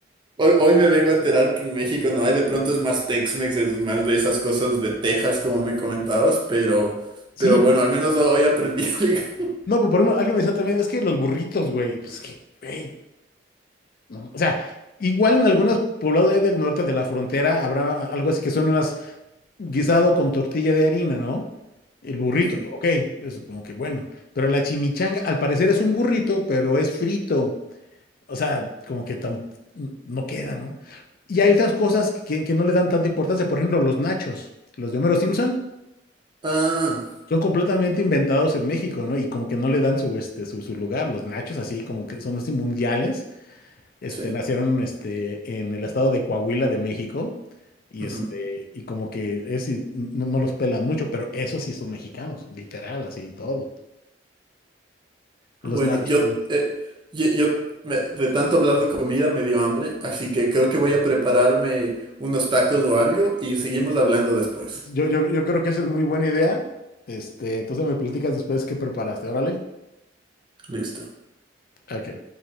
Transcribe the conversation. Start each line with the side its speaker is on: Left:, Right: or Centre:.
Right: Hoy, hoy me vengo a enterar que en México no hay, de pronto es más Tex-Mex, es más de esas cosas de Texas, como me comentabas, pero,
Left: Sí,
Right: pero bueno, al menos ho- hoy aprendí <laughs> algo.
Left: no, pero por ejemplo, alguien me decía también, es que los burritos, güey, pues es que, güey, No, O sea, igual en algunos poblados ahí del norte de la frontera habrá a- algo así que son unas guisado con tortilla de harina, ¿no? El burrito,
Right: Ujú.
Left: ok, es como que bueno, pero la chimichanga al parecer es un burrito, pero es frito, o sea, como que tam- no queda, ¿no? Y hay otras cosas que, que no le dan tanta importancia, por ejemplo, los nachos, los de Homero Simpson,
Right: Ah,
Left: son completamente inventados en México, ¿no? Y como que no le dan su, este, su, su lugar, los nachos así como que son así mundiales este,
Right: sí.
Left: nacieron este, en el estado de Coahuila de México y,
Right: Ujú.
Left: este, y como que es, y no, no los pelan mucho, pero esos sí son mexicanos, literal, así y todo. Los
Right: Bueno,
Left: nachos.
Right: yo, eh, yo, yo- me- de tanto hablar de comida me dio hambre, así que creo que voy a prepararme unos tacos o algo y seguimos hablando después.
Left: Yo, yo, yo creo que esa es muy buena idea. Este, entonces me platicas después qué preparaste, órale.
Right: Listo.
Left: Ok.